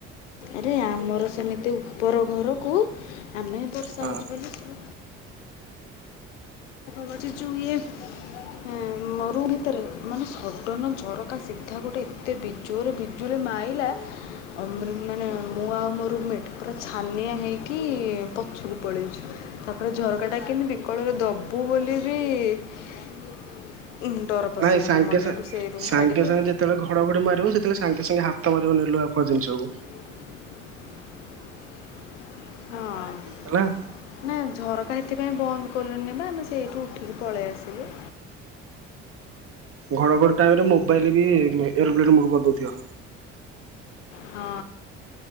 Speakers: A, on the left; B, on the right.
A: ଆରେ ଆମର ସେମିତି ଉପର ଘରକୁ ଆମେ ହିଁ ବର୍ଷା
B: ହଁ
A: ହେଉଛୁ ବୋଲି ସବୁ ରଛିିଛୁଏ ଉଁ ମ ରୁମ ଭିତରେ ମାନେ ସଡ଼ନ ଝରକା ସିଧା ଗୋଟେ ଏତେ ବି ଜୋରେ ବିଜୁଳି ମାଇଲା। ଆମ ରୁ ମାନେ ମୁଁ ଆଉ ମୋ ରୁ ମେଟ୍ ପୁରା ଛାନିଆ ହେଇକି-ଇ-ଇ-ଇ ପଛକୁ ପଳେଇଛୁ। ତାପରେ ଝରକାଟା କେମିତି ବିକଳରେ ଦବୁ ବୋଲି ବି- ଇ-ଇ-ଇ ଉ ଡର ପଶିଗଲା
B: ନାଇଁ ସାଙ୍ଗେ
A: ମନରେ
B: ସାଙ୍ଗେ
A: ହେଇଠୁ ସେଇ ରୁମ୍
B: ସାଙ୍ଗେ
A: ଛାଡ଼ିକି
B: ସାଙ୍ଗେ ଯେତେବେଳେ ଘଡଘଡି ମାରିବ ସେତେବେଳେ ସାଙ୍ଗେ ସାଙ୍ଗେ ହାତ ମାରିବନି ଲୁହାଫୁଆ ଜିନିଷକୁ।
A: ହଁ।
B: ହେଲା।
A: ନା ଝରକା ସେଥିପାଇଁ ବନ୍ଦ କଲୁନି ବା ଆମେ ସେଇଠୁ ଉଠିକି ପଳେଇ ଆସିଲୁ।
B: ହଁ ଘଡଘଡି ଟାଇମରେ ମୋବାଇଲ ବି-ଇ-ଇଏ ଏୟରୋପ୍ଲେନ ମୁଡ କରି ଦଉଥିବ।
A: ହଁ